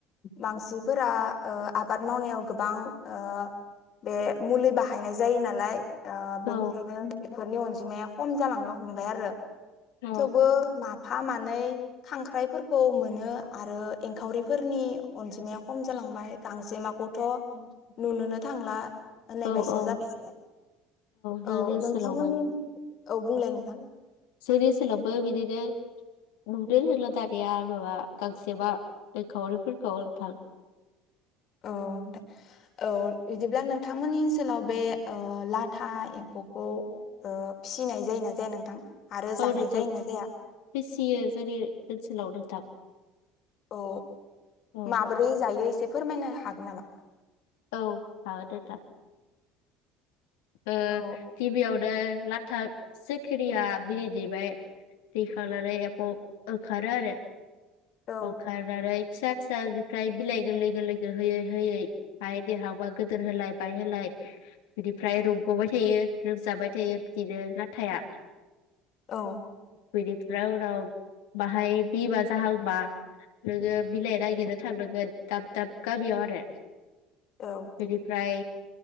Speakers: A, on the left; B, on the left.
A: मानसिफोरा ओ आबाद मावनायाव गोबां ओ बे मुलि बाहायनाय जायो नालाय ओ
B: औ
A: बेनिखायनो बेफोरनि अनजिमाया खम जालांनो हम बाय आरो
B: औ
A: थेवबो माफा मान नै खांख्राइफोरखौ मोनो आरो एंखावरिफोरनि अनजिमाया खम जालांबाय गांजेमाखौथ' नुनोनो थांला ओनायबायसा
B: औ औ
A: जाबाय जोंहा
B: जोंनि
A: औ
B: ओनसोलावबो
A: नोंथांमोननि औ बुंलाय नोंथां
B: जोंनि ओनलावबो बिदिनो नुदों होनला दानिया माबा गांसेबा एंखाउरिफोरखौ नोंथां
A: औ नोंथां औ बिदिब्ला नोंथांमोननि ओनसोलाव बे ओ लाथा एम्फौखौ ओ फिसिनाय जायोना जाया नोंथां? आरो जानाय
B: औ नोंथां
A: जायोना जाया
B: फिसियो जोंनि ओनसोलाव नोंथां
A: अ
B: औ
A: माब्रै जायो एसे फोरमायनो हागोन नामा?
B: औ हागोन नोंथां ओ
A: औ
B: गिबियावनो ला था सिखिरिया बिदै दैबाय दैखांनानै एम्फौ ओंखारो आरो
A: औ
B: ओंखारनानै फिसा फिसा फ्राय बिलाइ गोरलै गोरलै होयै होयै बाहाय देरहाबा गोदोर होलाय बाय होलाय बिदि ओमफ्राय रुग'बाय थायो लोमजाबाय थायो बिदिनो लाथाया
A: औ
B: बिनिफ्राय उनाव बाहाय बिमा जाहांबा नोङो बिलाइ नागिरनो थांनांगोन दाब दाब गामियाव आरो
A: औ
B: बिनि फ्राय